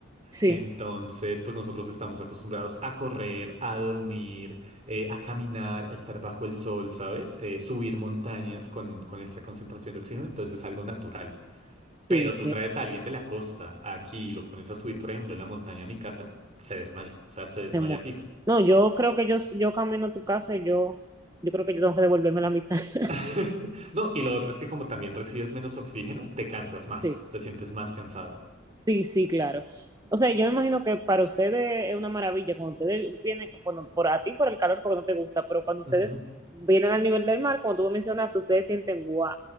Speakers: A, on the right; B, on the right.
A: sí,
B: Entonces, pues nosotros estamos acostumbrados a correr, a dormir, eh, a caminar, a estar bajo el sol, ¿sabes? Eh, subir montañas con, con esta concentración de oxígeno, entonces es algo natural. Pero
A: sí, sí.
B: tú traes a alguien de la costa aquí y lo pones a subir, por ejemplo, la montaña a mi casa, se desmaya. O sea, se desmaya
A: hace mucho.
B: fijo.
A: No, yo creo que yo, yo camino a tu casa y yo, yo creo que yo tengo que devolverme la mitad. <laughs>
B: <laughs> No, y lo otro es que como también recibes menos oxígeno, te cansas más,
A: Sí,
B: te sientes más cansado.
A: sí, sí, claro. O sea, yo me imagino que para ustedes es una maravilla cuando ustedes vienen, bueno, por a ti por el calor porque no te gusta, pero cuando ustedes
B: Ujú.
A: vienen al nivel del mar, como tú me mencionaste, ustedes sienten, wow,